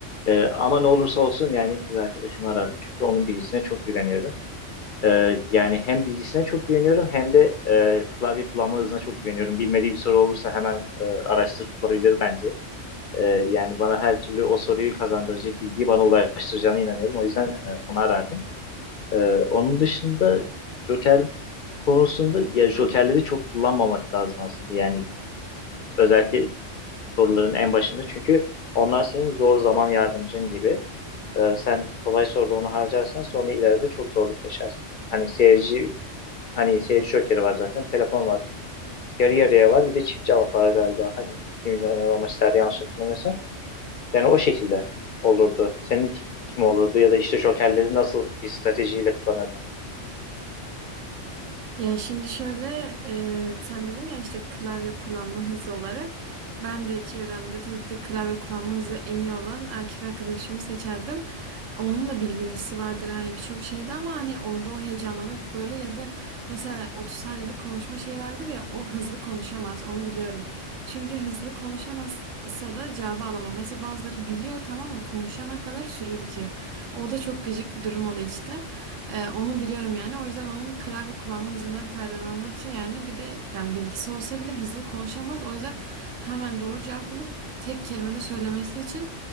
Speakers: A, on the left (about 60°); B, on the right (about 90°).
A: E, ama ne olursa olsun yani kız arkadaşımı ararım. Çünkü onun bilgisine çok güveniyorum. E, yani hem bilgisine çok güveniyorum hem de e, klavye kullanma hızına çok güveniyorum. Bilmediği bir soru olursa hemen e, araştırıp bulabilir bence. Ee, yani bana her türlü o soruyu kazandıracak bilgiyi bana ulaştıracağına inanıyorum. O yüzden e, onu arardım. Ee, onun dışında Joker konusunda ya Jokerleri çok kullanmamak lazım aslında. Yani özellikle soruların en başında çünkü onlar senin zor zaman yardımcın gibi. Ee, sen kolay soruda onu harcarsan sonra ileride çok zorluk yaşarsın. Hani seyirci hani seyirci Joker'i var zaten, telefon var. Yarı yarıya var. Bir de çift cevap var galiba. Hani kim milyoner olmak isterdi yanlış hatırlamıyorsam. Yani o şekilde olurdu. Senin kim olurdu ya da işte jokerleri nasıl bir stratejiyle kullanırdın?
B: Ya şimdi şöyle e, sen dedin ya işte klavye kullanma hızı olarak ben de çevremde tabii ki de klavye kullanma hızı en iyi olan erkek arkadaşımı seçerdim. Onunla bilgilisi vardır hani birçok şeyde ama hani orada o heyecanlanıp böyle ya da mesela 30 saniyelik konuşma şey vardır ya o hızlı konuşamaz onu biliyorum. Çünkü hızlı konuşamazsa da cevabı alamam. Mesela bazıları biliyor tamam mı konuşana kadar süre bitiyor. O da çok gıcık bir durum oluyor işte. Ee, onu biliyorum yani. O yüzden onun klavye kullanma hızından faydalanmak için yani bir de yani bilgisi olsa bile hızlı konuşamaz. O yüzden hemen doğru cevap bulup tek kelimede söylemesi için